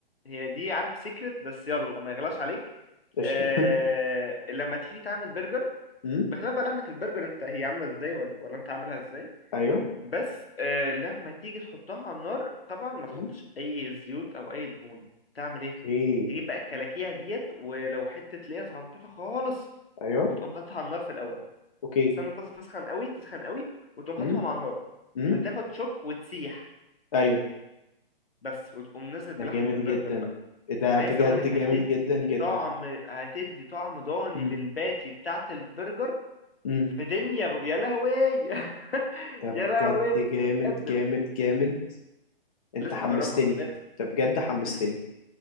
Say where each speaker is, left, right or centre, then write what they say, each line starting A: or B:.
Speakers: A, on the left; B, on the left.
A: هي دي عارف سيكرت بس يلا ما يغلاش عليك
B: قشطة
A: آه لما تيجي تعمل برجر
B: <laughs> امم
A: بخلاف بقى لحمة البرجر انت هي عاملة ازاي ولا, ولا انت عاملها ازاي
B: ايوه
A: بس آه لما تيجي تحطها على النار طبعا ما تحطش
B: امم
A: اي زيوت او اي دهون تعمل ايه
B: اوكي
A: تجيب بقى الكلاكيع ديت ولو حتة ليا صغنطوطة خالص
B: ايوه
A: وتقوم حاططها على النار في الاول
B: اوكي
A: تستنى الطاسة تسخن قوي تسخن قوي وتقوم حاططهم
B: امم
A: على النار
B: امم
A: فتاخد شوك وتسيح
B: ايوه
A: بس وتقوم نازل بلحمة
B: ده جامد
A: البرجر
B: جدا
A: بقى
B: إيه ده
A: عايز
B: بجد
A: اقولك
B: جامد
A: هتدي
B: جدا جدا
A: طعم هتدي طعم ضاني
B: امم
A: للباتي بتاعة البرجر
B: امم
A: في دنيا ب... يا لهوي <laughs>
B: ده
A: يا لهوي
B: بجد جامد
A: بجد
B: جامد جامد انت
A: لازم
B: حمستني
A: تجربها لازم
B: ده بجد حمستني
A: مم.